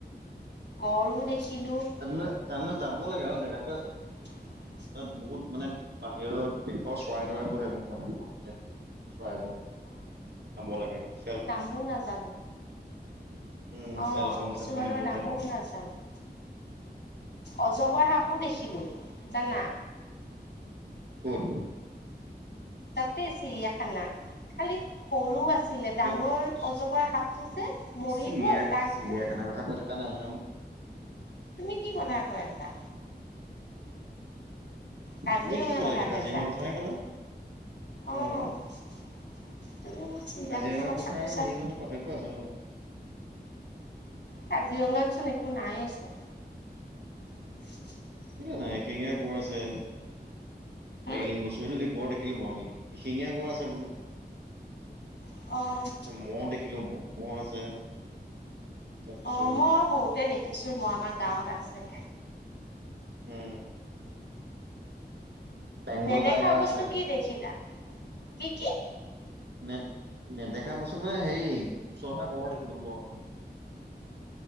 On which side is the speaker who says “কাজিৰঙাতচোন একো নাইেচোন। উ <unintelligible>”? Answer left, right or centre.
Left